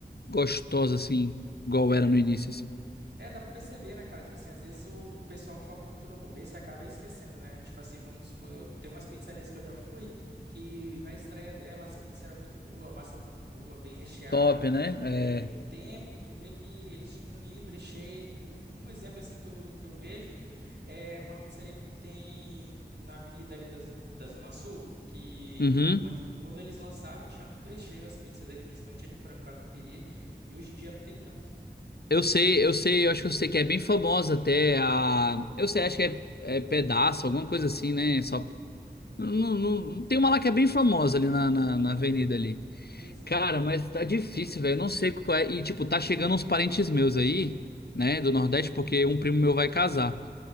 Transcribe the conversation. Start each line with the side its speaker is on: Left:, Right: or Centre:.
Left: gostosa assim, igual
Right: É,
Left: era no início, assim.
Right: É, dá pra perceber, né, cara? Tipo assim, às vezes o pessoal foca muito no começo e acaba esquecendo, né? Tipo assim, vamos supor, eu- tem umas pizzarias que eu já fui, que na estreia dela as pizzas eram muito boas, a massa muito boa, bem recheada.
Left: Top, né?
Right: E
Left: É.
Right: aí, com o tempo, tu vê que eles diminuíram o recheio. Um exemplo, assim, que eu, que eu vejo é uma pizzaria que tem na avenida ali das, da Zona Sul, que
Left: Uhum.
Right: o- ante- quando eles lançaram tinha muito recheio as pizzas dele, principalmente a de frango catupiry, e hoje em dia não tem tanto.
Left: Eu sei, eu sei, eu acho que eu sei que é bem famosa até a. Eu sei, acho que é, é pedaço, alguma coisa assim, né? Só. Não, não- Tem uma lá que é bem famosa ali na, na, na avenida ali.
Right: Pois é.
Left: Cara, mas tá difícil, velho. eu Não sei qual é. E, tipo, tá chegando uns parentes meus aí, né, do Nordeste, porque um primo meu vai casar.